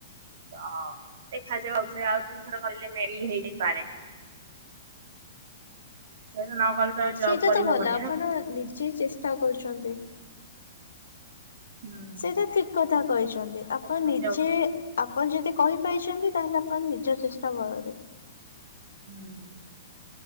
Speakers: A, on the right; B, on the left.
A: ତ ଦେଖା ଯାଉ ଆଉ ତିନିଥର କରିଲେ ମେରି ହେଇ ଯାଇପାରେ। ସେ ନ କଲେ ତ ଜବ୍
B: ସେଇଟା
A: କରିହବନି
B: ତ ଭଲ ଆପଣ
A: ନା।
B: ନିଜେ ଚେଷ୍ଟା କରୁଚନ୍ତି।
A: ହୁଁ
B: ସେଇଟା ଠିକ୍ କଥା କହିଚନ୍ତି
A: ତ
B: ଆପଣ
A: ଦେଖାଯାଉ
B: ନିଜେ ଆପଣ ଯଦି କହିପାରିଛନ୍ତି ତାହେଲେ ଆପଣ ନିଜ ଚେଷ୍ଟା ବଳରେ।
A: ହୁଁ।